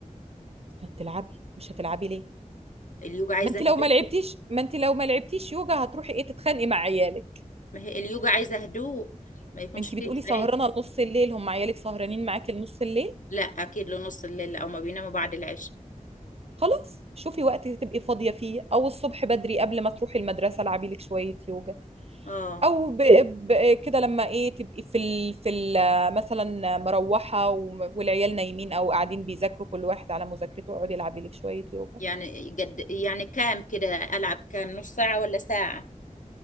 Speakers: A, on the right; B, on the left.
A: هتلعبي مش هتلعبي ليه
B: اليوجا عايزه
A: ما انت
B: هدوء
A: لو ما لعبتيش ما انت لو ما لعبتيش يوجا هتروحي ايه تتخانقي مع عيالك
B: ما هي اليوجا عايزه هدوء ما يكونش
A: انت
B: فيه
A: بتقولي سهرانه
B: زعيق
A: لنص الليل هم عيالك سهرانين معاكي لنص الليل
B: لا اكيد لنص الليل او ما بيناموا بعد العشاء
A: خلاص شوفي وقت تبقي فاضيه فيه او الصبح بدري قبل ما تروحي المدرسه العبي لك شويه يوجا
B: اه
A: او ب... ب... كده لما ايه تبقي في ال... في ال... مثلا مروحه و... والعيال نايمين او قاعدين بيذاكروا كل واحد على مذاكرته اقعدي العبي لك شويه يوجا
B: يعني قد يعني كام كده العب كام نص ساعه ولا ساعه